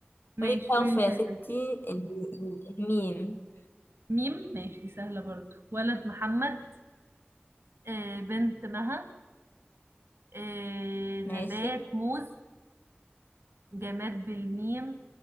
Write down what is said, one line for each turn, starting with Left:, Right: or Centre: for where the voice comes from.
Right: ماشي
Left: قولي حرف
Right: قولي انت
Left: يا
Right: عايزة
Left: ستي
Right: إيه.
Left: ال- ال- الميم
Right: ميم ماشي دي سهله برضو ولد محمد آه بنت مها آه نبات
Left: ماشي
Right: موز جماد بالميم